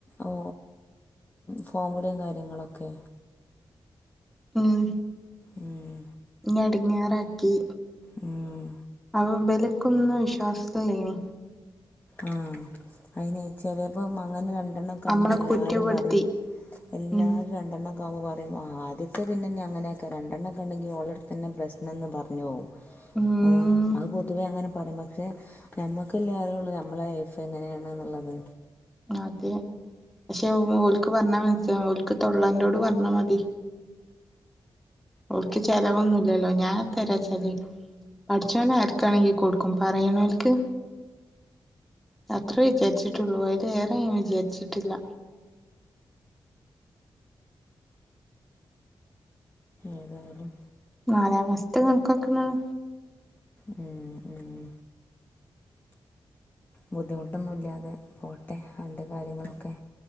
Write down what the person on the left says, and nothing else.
ഓ ഫോമലും കാര്യങ്ങളൊക്കെ.
ഉം
ഉം.
ആ അയിനെ ചെലേപ്പോമങ്ങനെ രൺ രണ്ടെണ്ണക്കവുമ്പോ
എല്ലാരും
പറയും എല്ലാര്
രണ്ടെണ്ണ <unintelligible> ആ ആദ്യത്തെ പിന്നിന്നങ്ങനെയൊ‌ക്കെ രണ്ടെണ്ണംക്കെണ്ട്ങ്കിൽ ഓളെട്ത്തന്നെ പ്രശ്നന്ന് പറഞ്ഞ്പോകും
ഏ അത് പൊതുവേയങ്ങനെ പറയും പക്ഷെ ഹ് ഞമ്മക്കല്ലേ അറിയുള്ള് ഞമ്മ് മ്മ്ളെലൈഫ് എങ്ങനെയാണ്ന്നുള്ളത്
ഏതായ്ലും
മ്മ് മ്മ് ബുദ്ധിമുട്ടൊന്നുല്ല്യാതെ പോട്ടെ അന്റെ കാര്യങ്ങളൊക്കെ